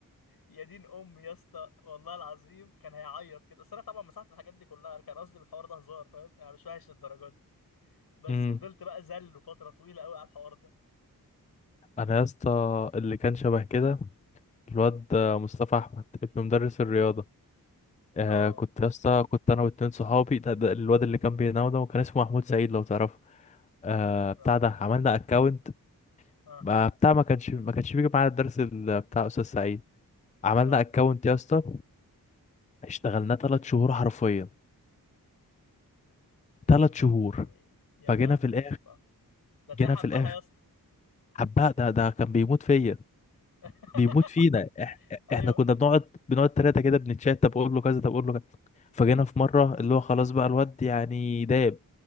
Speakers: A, on the left; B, on the left.
A: يا دين امي يا اسطى والله العظيم كان هيعيط كده بس انا طبعا مسحت الحاجات دي كلها انا كان قصدي بالحوار ده هزار فاهم يعني مش وحش للدرجه دي بس
B: امم
A: فضلت بقى زله فتره طويله قوي على الحوار ده
B: انا يا اسطى اللي كان شبه كده الواد مصطفى احمد ابن مدرس الرياضة آه
A: اه
B: كنت يا اسطى كنت انا واتنين صحابي ده ده الواد اللي كان بينام ده وكان اسمه محمود سعيد لو تعرفه آه
A: لا
B: بتاع
A: معرفوش
B: ده عملنا اكونت
A: اه
B: بتاع ما كانش ما كانش بيجي معانا الدرس ال- بتاع استاذ سعيد عملنا
A: اه
B: اكونت يا اسطى اشتغلناه تلات شهور حرفيا
A: يا
B: تلات
A: لهوي
B: شهور
A: يا
B: فجينا
A: لهوي
B: في الاخر
A: يا اسطى ده تلاقيه
B: جينا
A: حبها
B: في الاخر
A: يا اسطى
B: حباه ده ده كان بيموت فيا
A: <laughs>
B: بيموت فينا إح
A: ايوه
B: احنا كنا بنقعد بنقعد تلاتة كده بنتشات طب اقول له كذا طب اقول له كذا فجينا في مرة اللي هو خلاص بقى الواد يعني داب